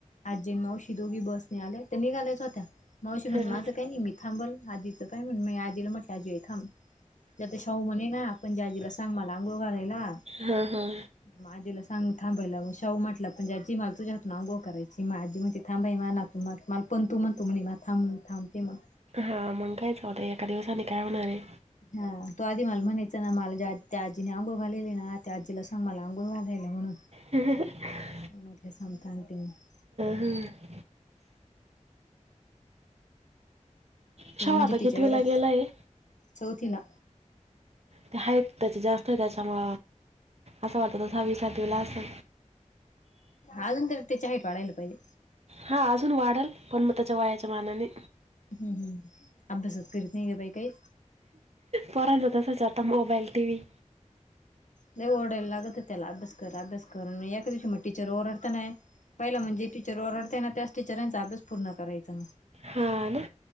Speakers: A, on the left; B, on the right.
A: आजी मावशी दोघी बसने आले होत्या निघालायच होत्या मावशी म्हणे
B: हां.
A: माझं कायन मी थांबल आजीचं काय माहित मी आजीला म्हटलं आजे थांब. त्यात शाहू म्हणे राहा पणजी आजीला सांग मला अंंगोळ घालायला
B: हां हां
A: म आजीला सांग थांबायला मग शाहू म्हटलं पणजी आजी मला तुझ्याहातान अंघोळ करायची मग आजी म्हणती थांबाय माझ्या नातं मग मला पंतु म्हणतो म्हणे मला थांब मग थांबते मग
B: हा मग कायच न्हवत एका दिवसानी काय होणार आहे.
A: हा तो आधी मला म्हणायचं ना मला त्या आजीने आंघोळ घलेली ना त्या आजीला हासांग मला अंघोळ घालायला म्हणून
B: ह <unintelligible>
A: <unintelligible>
B: हं. छावा
A: तिने म्हणजे
B: आता
A: तिच्या
B: कितवीला
A: एवढ्याच
B: घेलाय
A: चौथीला.
B: ते हाईट त्याची जास्त आहे त्याच्यामुळ असं वाटतं तसावीसातला असं
A: अजून तर त्याच्या हईट वाढायला पाहिजे.
B: हा अजून वाढल पण मग त्याच्या वयाच्या मानाने
A: हम् हम् अभ्यासात करीत नाही ग बाई काही
B: पोरांच तस चालत मोबाईल टीव्ही
A: नाही ओरढायला लागत त्याला अभ्यास कररा अभ्यास करून मी एका दिवशी मग टीचर ओरडता नाही पहिलं म्हणजे टीचर ओरडताना त्याच टीचरांचा अभ्यास पूर्ण करायचा
B: हा ना